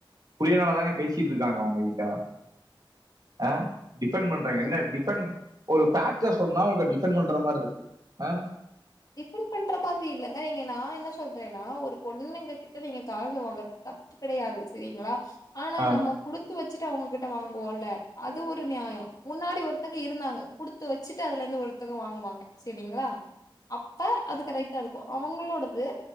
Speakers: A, on the right (about 50°); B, on the left (about 45°).
A: புரியனால தாங்க பேசிட்டு இருக்காங்க உங்ககிட்ட ஆஹ டிஃபெண்ட் பண்றாங்க
B: ம்
A: என்ன டிஃபெண்ட் ஒரு ஃபேக்ட் சொன்னா உங்கடி டிபன் பண்ற மாதிரி இருக்கு ஹம்
B: டிபன் பண்ற மாதிரி இல்லைங்க நீங்க நா என்ன சொல்றேன்னா ஒரு பொண்ணுங்க கிட்ட நீங்க காசு வாங்கறது தப்பு கிடையாது சரிங்களா ஆனா
A: ஆ.
B: நம்ம குடுத்து வச்ச ச்சுட்டு அவங்ககிட்ட வாங்குவோல அது ஒரு நியாயோ முன்னாடி ஒருத்தக இருந்தாங்க குடுத்து வச்சுட்டு அதுல இருந்து ஒருத்தக வாங்குவாங்க சரிங்களா அப்ப அது கரெக்ட்டா இருக்கு அவங்களோடது